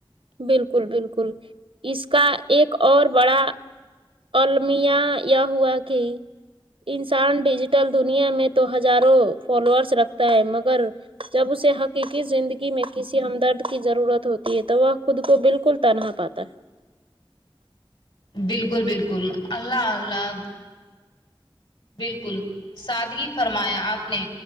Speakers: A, on the right; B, on the left.
A: بالکل بالکل اس کا ایک اور بڑا المیہ یہ ہوا کی انسان ڈیجیٹل دنیا میں تو ہزاروں فالوورس رکھتا ہے مگر جب اسے حقیقی زندگی میں کسی ہمدرد کی ضرورت ہوتی ہے تو وہ خود کو بالکل تنہا پاتا ہے
B: بالکل بالکل اللہ اللہ بالکل سادگی فرمایا آپ نے